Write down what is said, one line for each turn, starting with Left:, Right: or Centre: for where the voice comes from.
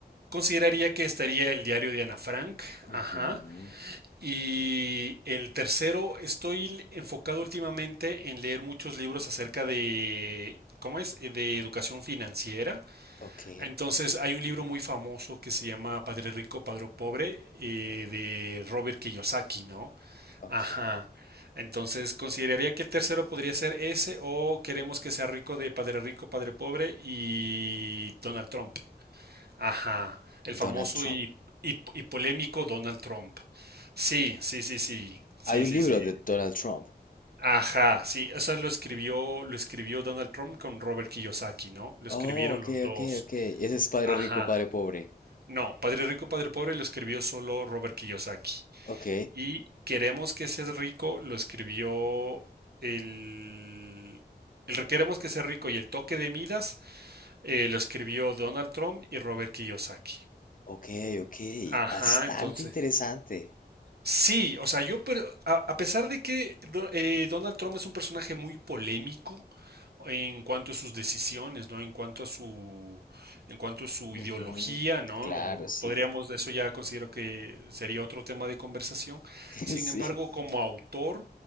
Right: consideraría que estaría el diario de Ana Frank,
Left: Ujú,
Right: ajá, Y el tercero, estoy enfocado últimamente en leer muchos libros acerca de, ¿cómo es? Eh, De educación financiera.
Left: ok.
Right: Entonces, hay un libro muy famoso que se llama Padre Rico, Padre Pobre, eh, de Robert Kiyosaki, ¿no?
Left: Okay.
Right: Ajá. Entonces, consideraría que el tercero podría ser ese o queremos que sea rico de Padre Rico, Padre Pobre y Donald Trump. Ajá, el famoso
Left: Donald Trump.
Right: y, y- y polémico Donald Trump. Sí, sí, sí, sí, sí,
Left: Hay un
Right: sí,
Left: libro
Right: sí.
Left: de Donald Trump.
Right: Ajá, sí, o sea, lo escribió, lo escribió Donald Trump con Robert Kiyosaki, ¿no? Lo escribieron
Left: Oh, ok,
Right: los dos.
Left: ok, ok. Ese es Padre
Right: Ajá.
Left: Rico, Padre Pobre.
Right: No, Padre Rico, Padre Pobre lo escribió solo Robert Kiyosaki.
Left: Ok,
Right: Y Queremos que seas rico lo escribió el... El Queremos que seas rico y el toque de Midas eh, lo escribió Donald Trump y Robert Kiyosaki.
Left: ok, ok.
Right: Ajá,
Left: Bastante
Right: entonces.
Left: interesante.
Right: Sí, o sea, yo, pero a, a pesar de que do- eh, Donald Trump es un personaje muy polémico, en cuanto a sus decisiones, ¿no? En cuanto a su, en cuanto a su
Left: Ujú,
Right: ideología, ¿no?
Left: Claro, sí.
Right: Podríamos, eso ya considero que sería otro tema de conversación.
Left: <laughs>
Right: Sin
Left: Sí.
Right: embargo, como autor